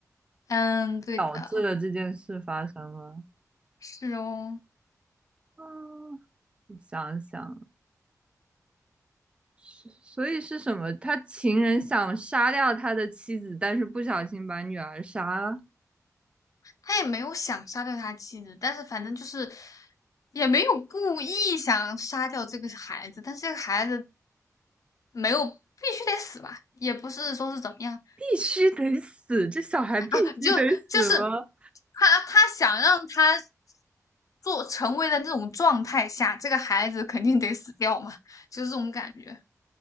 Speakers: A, on the left (about 65°); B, on the right (about 15°).
A: 嗯，对的，
B: 导致了这件事发生了。
A: 是哦，
B: 啊，我想想，是所以是什么？他情人想杀掉他的妻子，但是不小心把女儿杀了，
A: 他也没有想杀掉他妻子，但是反正就是。也没有故意想杀掉这个孩子，但是这个孩子没有必须得死吧，也不是说是怎么样
B: 必须得死，这小孩必须得死吗？
A: 啊，就就是他他想让他做成为的那种状态下，这个孩子肯定得死掉嘛，就是这种感觉，